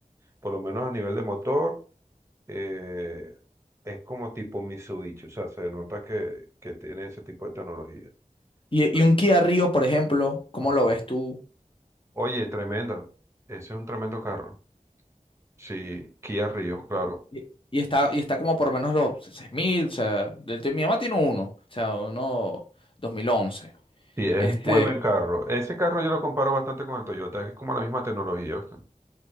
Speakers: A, on the right; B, on the left.
A: por lo menos a nivel de motor, eh, es como tipo Mitsubishi. O sea, se nota que, que tiene ese tipo de tecnología.
B: Y,
A: ¿Tú crees?
B: y un Kia Rio, por ejemplo, ¿cómo
A: Ajá.
B: lo ves tú?
A: Oye, tremendo. Ese es un tremendo carro. Sí, Kia Rio, claro.
B: Y, y está, y está como por menos los seis mil o sea, de- de- mi mamá tiene uno, o sea, uno dos mil once
A: Sí, es
B: Este,
A: muy buen carro. Ese carro yo lo comparo bastante con el Toyota, que es como la misma tecnología. ¿viste?